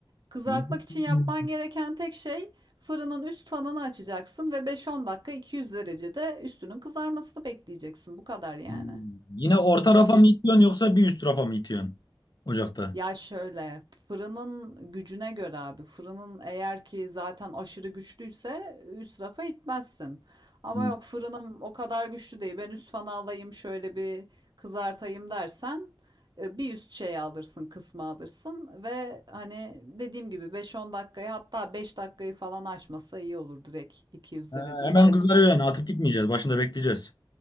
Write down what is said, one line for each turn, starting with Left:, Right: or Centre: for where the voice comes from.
Right: Kızartmak
Left: onu?
Right: için yapman
Left: Hmm.
Right: gereken tek şey fırının üst fanını açacaksın ve 5-10 dakika 200 derecede üstünün kızarmasını bekleyeceksin. Bu kadar yani.
Left: Hmm. Yine orta
Right: Hiçbir
Left: rafa mı itiyorsun yoksa bir üst rafa mı itiyorsun ocakta?
Right: Ya şöyle fırının gücüne göre abi fırının eğer ki zaten aşırı güçlüyse üst rafa itmezsin. Ama
Left: Hmm.
Right: yok fırınım o kadar güçlü değil ben üst fanı alayım şöyle bir kızartayım dersen e, bir üst şeyi alırsın kısmı alırsın ve hani dediğim gibi beş-on dakikayı hatta 5 dakikayı falan aşmasa iyi olur direkt 200
Left: Ha,
Right: derecede
Left: hemen
Right: oldu
Left: kızarıyor
Right: bitti.
Left: yani atıp gitmeyeceğiz. Başında bekleyeceğiz.